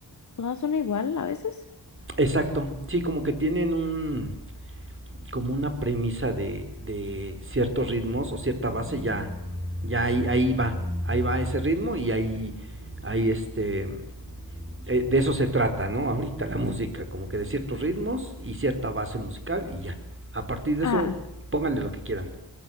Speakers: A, on the left; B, on the right.
A: todas son igual a veces.
B: Exacto, sí, como que tienen un, como una premisa de, de ciertos ritmos o cierta base, ya, ya ahí, ahí va, ahí va ese ritmo y ahí, ahí este, eh, de eso se trata, ¿no? Ahorita la música, como que de ciertos ritmos y cierta base musical y ya. A partir de
A: Ajá,
B: eso, pónganle lo que quieran.